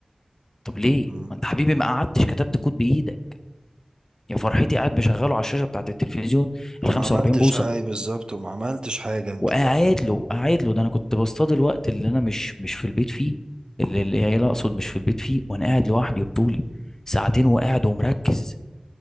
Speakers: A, on the left; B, on the right.
A: طب ليه
B: امم
A: ما انت حبيبي ما قعدتش كتبت كود بايدك يا فرحتي قاعد مشغله على الشاشه بتاعت التلفزيون
B: وما
A: ال 45
B: عملتش
A: بوصه
B: حاجة أي بالظبط وما عملتش حاجة انت
A: وقاعد
B: بقى
A: له قاعد له ده انا كنت بصطاد الوقت اللي انا مش مش في البيت فيه اللي العيال اقصد مش في البيت فيه وانا قاعد لوحدي وبطولي ساعتين وقاعد ومركز